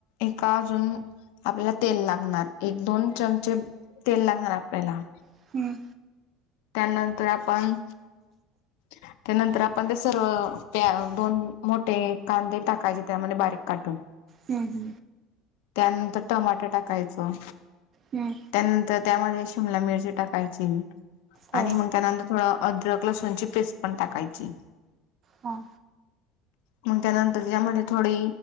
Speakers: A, on the left; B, on the right.
A: एका अजून आपल्याला तेल लागणार एक दोन चमचे तेल लागणार आपल्याला
B: हं
A: त्यानंतर आपण त्यानंतर आपण ते सर्व प्या दोन मोठे कांदे टाकायचे त्यामध्ये बारीक काटून.
B: हम् हम.
A: त्यानंतर टमाटा टाकायचं,
B: हं.
A: त्यानंतर त्यामध्ये शिमला मिरची टाकायची
B: हो
A: आणि मग त्यानंतर थोडं अद्रक लसूणची पेस्ट पण टाकायची.
B: हो
A: मग त्यानंतर त्यामध्ये थोडे